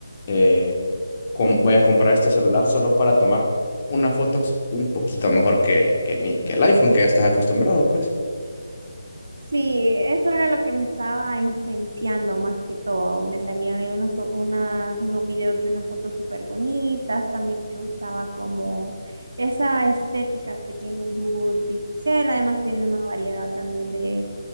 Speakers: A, on the left; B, on the right.
A: eh, com- voy a comprar este celular solo para tomar unas fotos un poquito mejor que, que, mi, que el iPhone que ya estás acostumbrado, pues.
B: Sí, eso era lo que me estaba influenciando más que todo. Me salían ahí unas, unas- unos videos de unas fotos súper bonitas. También me gustaba como esa estética que tiene el Google Pixel. Además tiene una variedad también de,